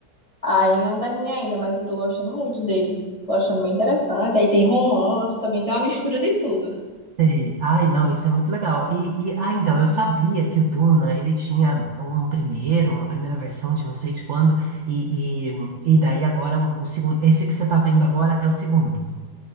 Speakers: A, on the left; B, on the right.
A: Aí não terminei ainda, mas eu tô gostando muito dele. Tô achando bem interessante. Aí tem romance, também tem uma mistura de tudo.
B: sei. Ai, não, isso é muito legal. E, e ah, então, eu sabia que o Duna, ele tinha um primeiro, uma primeira versão de não sei de quando, e, e, e daí agora um, um segundo, esse que você tá vendo agora é o segundo.